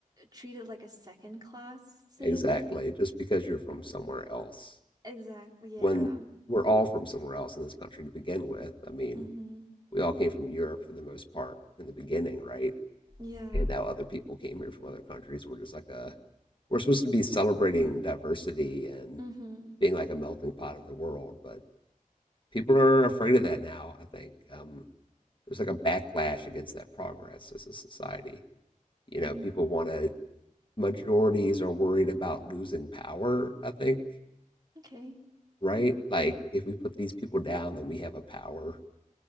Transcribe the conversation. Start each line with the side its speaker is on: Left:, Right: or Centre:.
Right: treated like a second class citizen.
Left: Exactly. Just because you're from somewhere else.
Right: Exactly. Yeah.
Left: When we're all from somewhere else in this country to begin with. I mean,
Right: Mm-hmm.
Left: we all came from Europe for the most part in the beginning, right?
Right: Yeah.
Left: And now other people came here from other countries. We're just like a, we're supposed to be celebrating diversity and
Right: Mm-hmm.
Left: being like a melting pot of the world, but people are afraid of that now. I think um, there's like a backlash against that progress as a society. you know,
Right: Mm,
Left: people want to, majorities are worried about losing power, I think,
Right: okay.
Left: right? Like, if we put these people down, then we have a power